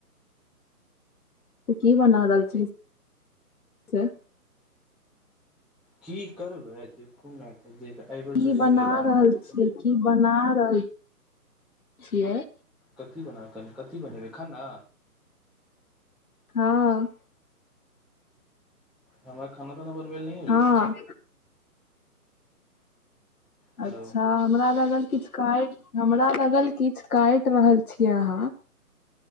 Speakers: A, on the left; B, in the centre.
A: तऽ की बना दालचिली <unintelligible> <inaudible>
B: की करबै देखू ने एहिबेर
A: की
B: सोच
A: बना
B: केदारनाथ
A: रहल छियै
B: के
A: की बना रहल छियै
B: कथी बनाउ कथी बनेबै खाना
A: हँ
B: हमरा खाना ताना बलबैल नहि होइए
A: हँ
B: हेलो
A: अच्छा हमरा लगल किछ काइट हमरा लगल किछ काइट रहल छीयै अहां